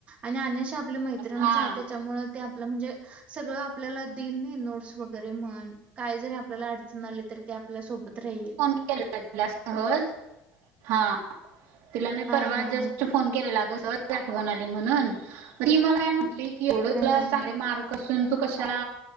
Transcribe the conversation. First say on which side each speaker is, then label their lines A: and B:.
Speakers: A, on the right; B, on the right.
A: आणि अश''--'' आपली मैत्रीण
B: हा
A: त्याच्यामुळे आप म्हणजे सगळ आपल्याला देईल नाही नोट्स वगैरे. तरी म्हण काय जरी आपल्याला अडचण आली तरी ती आपल्या सोबत राहील.
B: के तिला सहज हा. तिला मी
A: हा
B: परवा
A: हा
B: जस्ट फोन केलेला ग सहज. आठवण आली म्हणून ती मला म्हटली की एवढं
A: हा हा
B: तुला
A: हा
B: चांगले मार्क. कसून तू कशाला